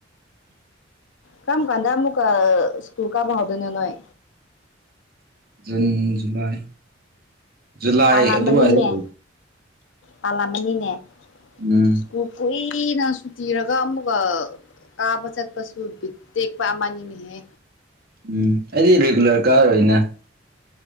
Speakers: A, on the left; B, on the right.
A: ꯀꯝ ꯀꯥꯟꯗ ꯃꯨꯀ ꯑ ꯁ꯭ꯀꯨꯜ ꯀꯥꯕ ꯍꯧꯗꯣꯏꯅꯣ ꯅꯣꯏ
B: ꯖꯨꯟ ꯖꯨꯂꯥꯏ ꯖꯨꯂꯥꯏ
A: ꯄꯥꯜꯂꯝꯃꯅꯤꯅꯦ
B: ꯑꯗꯨꯋꯥꯏꯗ
A: ꯄꯥꯜꯂꯝꯃꯅꯤꯅꯦ
B: ꯎꯝ
A: ꯁ꯭ꯀꯨꯜ ꯀꯨꯏꯅ ꯁꯨꯇꯤꯔꯒ ꯑꯃꯨꯒ ꯀꯥꯕ ꯆꯠꯄꯁꯨ ꯕꯤꯠ ꯇꯦꯛꯄ ꯑꯃꯅꯤꯅꯦꯍꯦ
B: ꯎꯝ ꯑꯩꯗꯤ ꯔꯤꯒꯨꯂꯔ ꯀꯥꯔꯣꯏꯅ